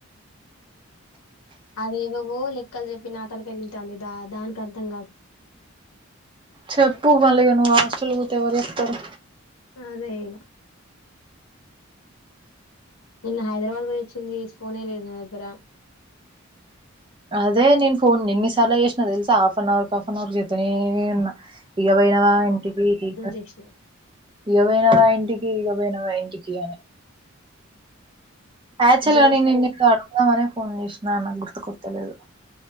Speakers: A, on the left; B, on the right.
A: అదేవోవో లెక్కలు చెప్పినా తనకే తింటాందిదా దానికి అర్థం
B: చెప్పు మల్ల నువ్వు హాస్టల్ పోతే ఎవరు వస్తారు
A: అదే ఇగ నిన్న హైదరాబాద్ పోయి వచ్చింది ఫోన్ లేదు నా దగ్గర
B: అదే నేను ఫోన్ ఎన్నిసార్లు చేసినా తెలుసా half an hour half an hour చేతనే ఉన్నా ఇగ పోయినవా ఇంటికి ఇగ
A: కృష్ణ
B: ఇగపోయినవా ఇంటికి ఇగపోయినవా ఇంటికిఅని యాక్చువల్ల
A: అసలు
B: గా
A: ఫోన్
B: నెన్ను ఏదో అడుగుదామనే ఫోన్ చేసినా నాకు గుర్తు కొత్త లేదు